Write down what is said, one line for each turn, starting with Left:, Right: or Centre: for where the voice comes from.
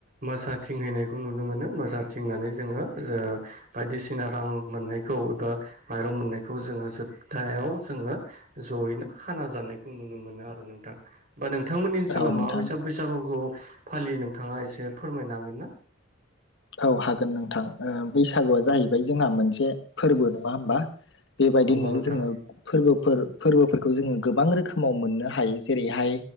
Right: मोसाथिंहैनायखौ नुनो मोनो मोसाथिंनान नै जोङो ओ बायदिसिना रां मोननायखौ एबा माइरं मोननायखौ जोङो जोब थायाव जोङो ज'यैनो खाना जानायखौ नुनो मोन नो आरो नोंथां। होनबा नोंथांमोननि ओनसोलाव
Left: औ नोंथां
Right: माबायसा बैसागुखौ फालियो नोंथाङा एसे फोरमायनो हागोन ना?
Left: औ हागोन नोंथां। ओ बैसागुआ जाहैबाय जोंहा मोनसे फोरबो नङा होमबा। बेबायदि
Right: नंगौ
Left: होननानै
Right: नोंथां
Left: जोङो फोरबोफोर फोरबोफोरखौ जोङो गोबां रोखोमाव मोननो हायो। जेरैहाय